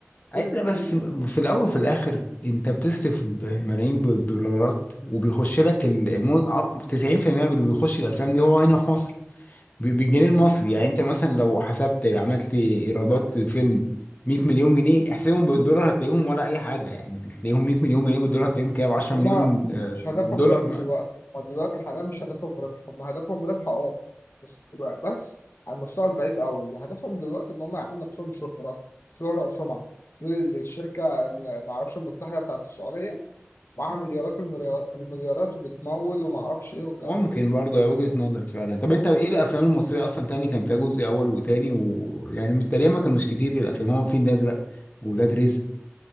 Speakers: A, on the left; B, on the left.
A: كل
B: أي- لا
A: دي
B: بس م- في الاول وفي الاخر انت بتصرف ب- ملايين بالدولارات وبيخش لك ال- مو- ع- 90% من اللي بيخش الافلام دي هو هنا في مصر ب- بالجنيه المصري يعني انت مثلا لو حسبت عملت ايرادات للفيلم 100 مليون جنيه احسبهم بالدولار هتلاقيهم ولا اي حاجه يعني هتلاقيهم 100 مليون جنيه بالدولار هتلاقيهم كام 10
A: هما
B: مليون آه،
A: مش هدفهم
B: دولار
A: ربح
B: ما
A: دلوقتي هما دلوقتي حاليا مش هدفهم ربح هما هدفهم ربح اه بس بس على المستوى البعيد قوي اللي هدفهم دلوقتي ان هم يعملوا نفسهم شهرة شهرة وسمعة دول الشركة اللي معرفش المتحدة بتاعت السعودية معاها مليارات المريا- المليارات وبتمول ومعرفش ايه والكلام
B: ممكن
A: ده
B: برضه هي وجهة نظر فعلا طب انت ايه الافلام المصريه اصلا تاني كان فيها جزء اول وتاني ويعني تقريبا ما كانوش كتير الافلام هو فين ده ازرق ولاد رزق